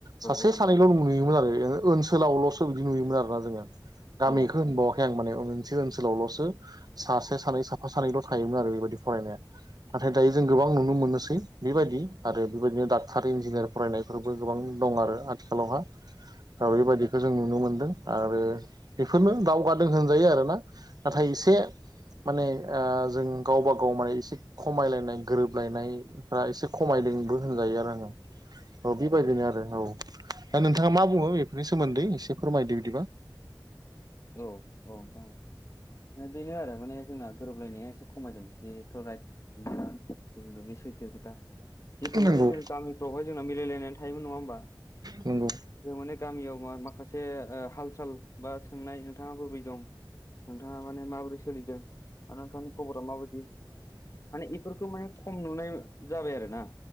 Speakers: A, on the right; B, on the left.
A: सासे
B: औ
A: सानैल'
B: नंगौ
A: नु नुयोमोन आरो ओनसोलावल'सो बिदि नुयोमोन आरोना जोङो
B: औ
A: गामिखौ होनबाव फें माने ओं ओंसो ओनसोलावल'सो सासे सानै साफा सानैल' थायोमोन आरो बेबायदि फरायनाया नाथाय दायो जों गोबां नुनो मोनोसै बेबायदि आरो बेबायदिनो डाक्टार इन्जिनियार फरायनायफोरबो गोबां दं आरो आथिखालावहा दा बेबायदिखौ जों नुनो मोन्दों। आरो बेफोरनो दावगादो होनजायो आरोना, नाथाय एसे माने ओ जों गावबा गाव माने एसे खमायलायनाय गोरोबलायनाय फ्रा एसे खमायदोंबो होनजायो आरो आङो औ बेबायदिनो आरो औ। दा नोंथाङा मा बुङो बेफोरनि सोमोन्दै एसे फोरमायदो बिदिबा।
B: औ औ औ बेनो आरो माने जोंना गोरोबलायनाया एसे खमायदों बेथ' राइट न ज बे सैथो खोथा जिथु
A: नंगौ
B: माने जों गामिफ्रावहाय जोंना मिलायलायनानै थायोमोन नङा होमबा
A: नंगौ
B: जों माने गामियाव म माखासे हाल साल बा सोंनाय नोंथाङा बै दं नोंथाङा माने माबोरै सोलिदों आरो नोंथांनि खबरा माबायदि माने बेफोरखौ माने खम नुनाय जाबाय आरो ना